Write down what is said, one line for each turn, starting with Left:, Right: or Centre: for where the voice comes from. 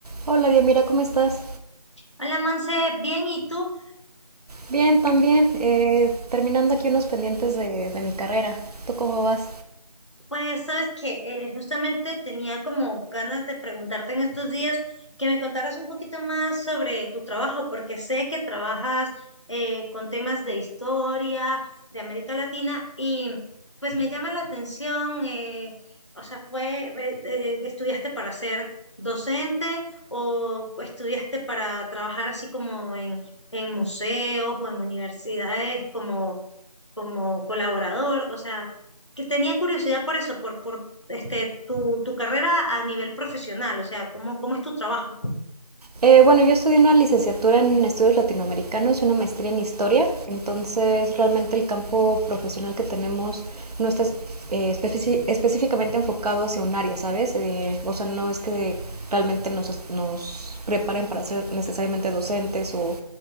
Right: Hola, bien, mira, ¿cómo estás?
Left: Hola Monse, bien, ¿y tú?
Right: Bien, también. eh, terminando aquí unos pendientes de, de mi carrera. ¿Tú cómo vas?
Left: Pues sabes que eh, justamente tenía como ganas de preguntarte en estos días que me contaras un poquito más sobre tu trabajo, porque sé que trabajas eh, con temas de historia, de América Latina, y pues me llama la atención, eh, o sea, fue, eh, eh, ¿estudiaste para ser docente o estudiaste para trabajar así como en, en museos o en universidades como como colaborador, o sea, que tenía curiosidad por eso, por, por este, tu, tu carrera a nivel profesional, o sea, cómo, cómo es tu trabajo.
Right: Eh, bueno, yo estudié una licenciatura en estudios latinoamericanos y una maestría en historia. Entonces, realmente el campo profesional que tenemos no está es- eh, especi- específicamente enfocado hacia un área, ¿sabes? Eh, o sea, no es que realmente nos, es- nos preparen para ser necesariamente docentes o